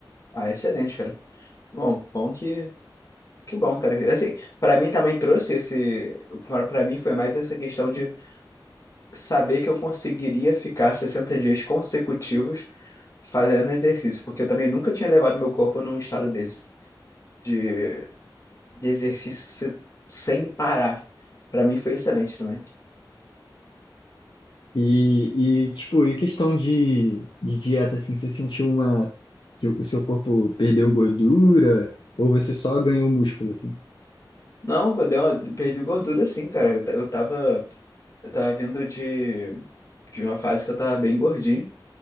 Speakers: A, on the left; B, on the left.
A: Ah, excelente, cara. Bom, bom que que bom, cara. Assim, para mim também trouxe esse, para mim foi mais essa questão de saber que eu conseguiria ficar 60 dias consecutivos fazendo exercício, porque eu também nunca tinha levado meu corpo num estado desse de, de exercício se- sem parar. Para mim foi excelente também.
B: E, e, tipo, e questão de, de dieta, assim, você sentiu uma, que o seu corpo perdeu gordura ou você só ganhou músculo, assim?
A: Não, quando eu dei uma- perdi gordura, sim, cara. Eu, ta- eu tava. Eu tava vindo de, de uma fase que eu tava bem gordinho,